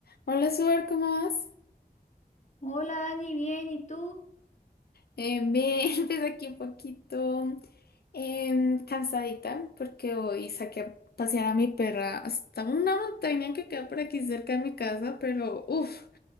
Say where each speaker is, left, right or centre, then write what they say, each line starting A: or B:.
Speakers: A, on the left (about 75°); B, on the left (about 45°).
A: Hola, Suar, ¿cómo vas?
B: Hola Dani, bien, ¿y tú?
A: Eh, bien, <laughs> pues aquí un poquito em, cansadita porque hoy saqué a pasear a mi perra hasta una montaña que queda por aquí cerca de mi casa, pero uff,